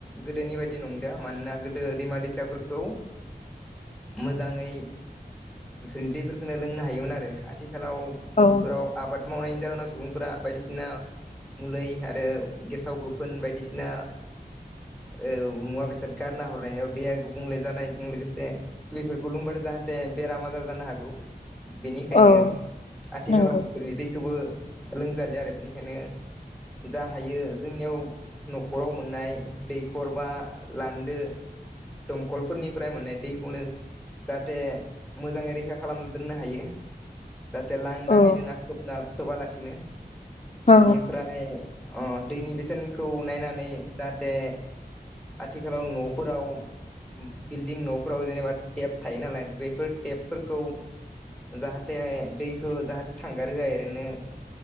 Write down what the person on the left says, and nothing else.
औ
औ
नंगौ
औ ओं
औ